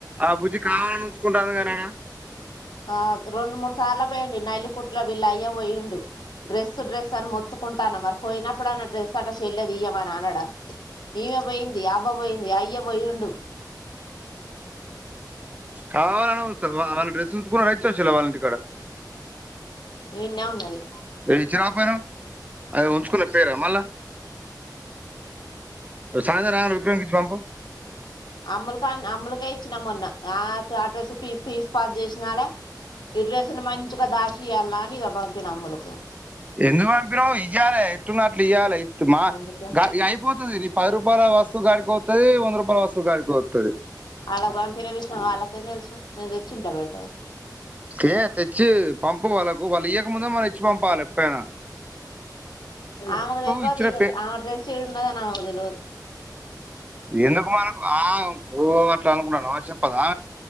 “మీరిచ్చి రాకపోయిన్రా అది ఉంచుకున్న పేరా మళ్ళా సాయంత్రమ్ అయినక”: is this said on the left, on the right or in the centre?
Right